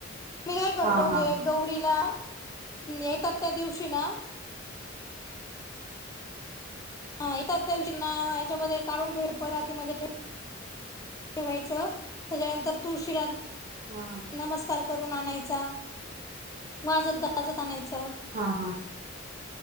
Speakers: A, on the left (about 20°); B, on the right (about 45°).
A: मी काय करतो
B: हा हा
A: गे गौरीला, येतात त्या दिवशी ना हा येतात त्या दिवशी ना याच्यामध्ये काढून ठेवीन परातीमध्ये ठेव वायचं त्याच्यानंतर तुळशीला
B: हा.
A: नमस्कार करून आणायचा, वाजत -गाजत आणायच.
B: हा, हा.